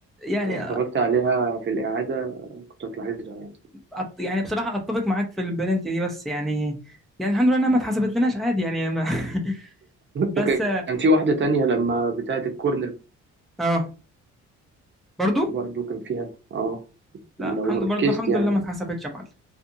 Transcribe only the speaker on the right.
لو اتفرجت عليها في الإعادة كنت هتلاحظها يعني
وكان
في واحدة تانية لما بتاعة الكورنر
برضو كان فيها اه
لو
ركزت
يعني